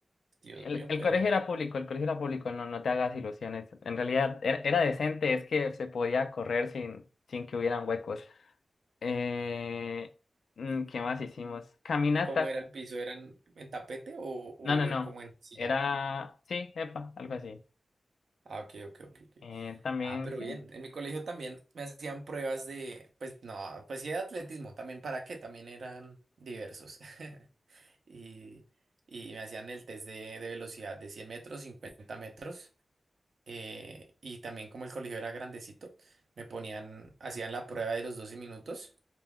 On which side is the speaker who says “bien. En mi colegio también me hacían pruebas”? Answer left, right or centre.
Right